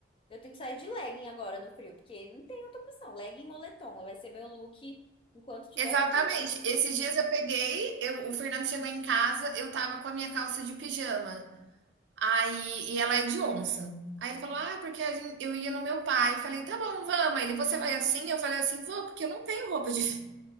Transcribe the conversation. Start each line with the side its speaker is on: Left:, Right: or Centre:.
Left: Eu tenho que sair de legging agora no frio, porque não tem outra opção. Legging e moletom vai ser meu look enquanto tiver
Right: Exatamente.
Left: frio.
Right: Esses dias eu peguei, eu- o Fernando chegou em casa, eu tava com a minha calça de pijama. Aí, e ela é de onça. Aí ele falou: Ah, porque a gen- eu ia no meu pai. Eu falei: Tá bom, vamos. Ele, você vai assim? Eu falei assim: Vou, porque eu não tenho roupa de